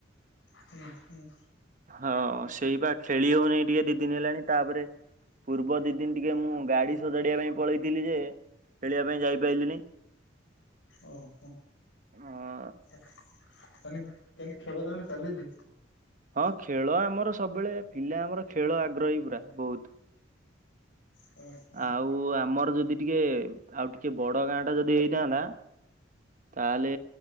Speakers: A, on the left (about 85°); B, on the right (about 45°).
A: ହୁଁ ହୁଁ।
B: ହଁ ସେଇ ବା ଖେଳି ହଉନି ଟିକେ ଦି ଦିନି ହେଲାଣି ତାପରେ ପୂର୍ବ ଦି ଦିନି ଟିକେ ମୁଁ ଗାଡି ସଜାଡିବା ପାଇଁ ପଳେଇଥିଲି ଯେ ଖେଳିବା ପାଇଁ ଯାଇପାଇଲିିନି।
A: ଓହୋ
B: ହଁ।
A: ତାହେଲେ ଖେଳ ତାହାନେ ଚାଲିଛି।
B: ହଁ ଖେଳ ଆମର ସବୁବେଳେ ପିଲା ଆମର ଖେଳ ଆଗ୍ରହୀ ପୁରା ବହୁତ
A: ହୁଁ।
B: ଆଉ ଆମର ଯଦି ଟିକେ ଆଉ ଟିକେ ବଡ ଗାଁ ଟା ଯଦି ହେଇଥାନ୍ତା। ତାହେଲେ